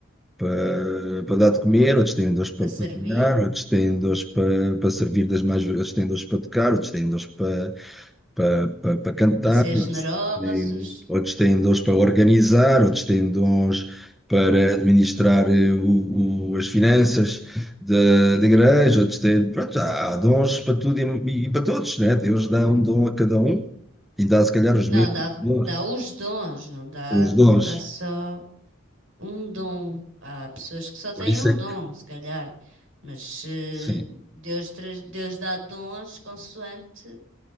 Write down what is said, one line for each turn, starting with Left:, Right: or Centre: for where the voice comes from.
Centre: para, para dar de comer, outras têm dons para
Right: Para servir,
Centre: cozinhar, outras têm dons para, para servir das mais, outras têm dons para tocar, outras têm dons para, para, para, para cantar.
Right: para ser generosos.
Centre: Em- Outros têm dons para organizar, outros têm dons para administrar eh, o- o- as finanças da, da igreja, outros têm. Pronto, há, há dons para tudo e, e para todos, né? Deus dá um dom a cada um e dá, se calhar, os
Right: Não,
Centre: mesmos
Right: dá,
Centre: dons.
Right: dá os dons, não dá,
Centre: Os
Right: não
Centre: dons.
Right: dá só um dom. Há pessoas que só têm
Centre: Por isso
Right: um
Centre: é
Right: dom,
Centre: que,
Right: se calhar. Mas eh,
Centre: sim.
Right: Deus, tra- Deus dá dons consoante